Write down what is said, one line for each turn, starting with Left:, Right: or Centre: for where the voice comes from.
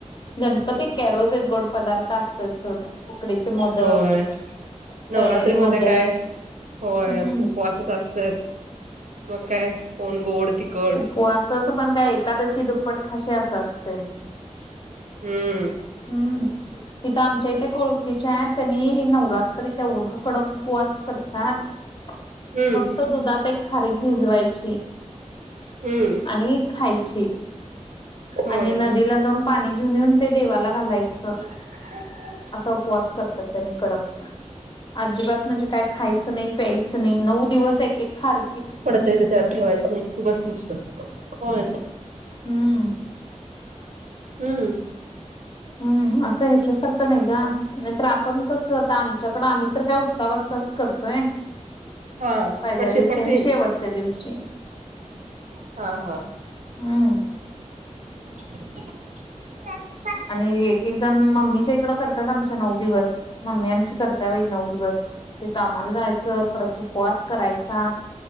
Left: गणपतीत काय रोज एक गोड पदार्थ असतोच सोड उकडीचे मोदक
Right: होय नवरात्री
Left: तळलेले
Right: मध्ये
Left: मोदक
Right: काय? होय
Left: हम्म.
Right: उपवासच असतात मग काय कोण गोड, तखट
Left: होय असच पण काय एकादशी दुप्पट खाशीे असं असतं.
Right: हम्म!
Left: हम्म! इथ आमच्या इथे एक ओळखीच्या आहेत त्यांनी नवरात्री तेवढा कडक उपवास करतात.
Right: हम्म
Left: फक्त दुधात एक खारीक भिजवायची.
Right: हम्म!
Left: आणि खायची
Right: होय
Left: आणि नदीला जाऊन पाणी घेऊन येऊन ते देवाला घालायचं
Right: ह् हम
Left: असा उपवास करतात त्यांनी कडक अजिबात म्हणजे काय खायचं नाही प्यायचं नाही नऊ दिवस एक एक खार
Right: पडत इथे त्यावर ठेवायच नाही तू बस नुसत होय
Left: हम्म अ
Right: हम्म
Left: हम्म असं ह्याच्यासारखं नाही ग नाहीतर आपण कसं आता आमच्याकडं आम्ही तर काय उठता बसताच करतोय
Right: हा
Left: पहिल्या
Right: पडशील
Left: दिवशी
Right: पडशील
Left: आणि शेवटच्या दिवशी
Right: हा हा
Left: हम्
Right: <inaudible>
Left: आणि एक एक जण मम्मीच्या इकड कर आतात आमच्या नऊ दिवस मम्मी आमची करत्या बाई नऊ दिवस ते कामाला जायचं परत उपवास करायचा